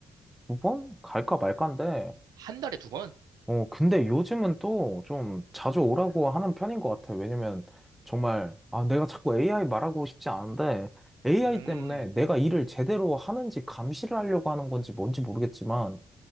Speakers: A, in the centre; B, on the right.
A: 두 번 갈까 말까인데,
B: 한 달에 두 번?
A: 어, 근데 요즘은 또 좀 자주 오라고 하는 편인 것 같아. 왜냐면 정말, 아, 내가 자꾸 AI 말하고 싶지 않은데 AI
B: 음.
A: 때문에 내가 일을 제대로 하는지 감시를 하려고 하는 건지 뭔지 모르겠지만